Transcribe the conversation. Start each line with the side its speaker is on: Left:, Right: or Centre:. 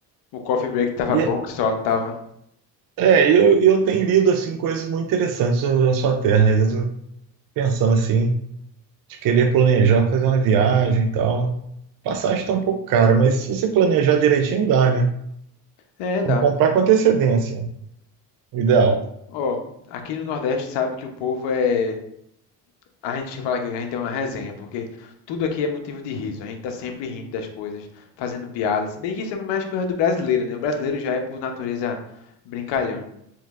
Left: O coffee break tava
Right: E
Left: bom que só, não tava?
Right: é, eu eu tenho lido assim coisas muito interessantes sobre a sua terra, eu pensando assim de querer planejar, fazer uma viagem e tal. Passagem está um pouco cara, mas se você planejar direitinho, dá, né?
Left: É, dá.
Right: Tem que comprar com antecedência, o ideal.
Left: Ó, aqui no Nordeste sabe que o povo é A gente fala aqui que a gente é uma resenha, porque tudo aqui é motivo de riso. A gente tá sempre rindo das coisas, fazendo piadas. Se bem que isso é mais coisa do brasileiro, né? O brasileiro já é, por natureza, brincalhão.